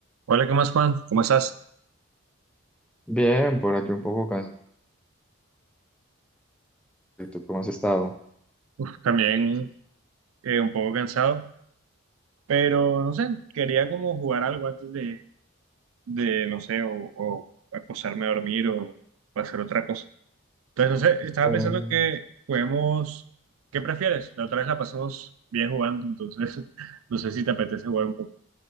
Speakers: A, on the right; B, in the centre.
A: Hola, ¿qué más, Juan? ¿Cómo estás?
B: Bien, por aquí un poco cansado. ¿Y tú cómo has estado?
A: Uf, también eh, un poco cansado, pero no sé, quería como jugar algo antes de, de no sé, o, o acostarme a dormir o, o hacer otra cosa. Entonces, no sé, estaba
B: Eh,
A: pensando que juguemos, ¿qué prefieres? La otra vez la pasamos bien jugando, entonces <laughs> no sé si te apetece jugar un poco.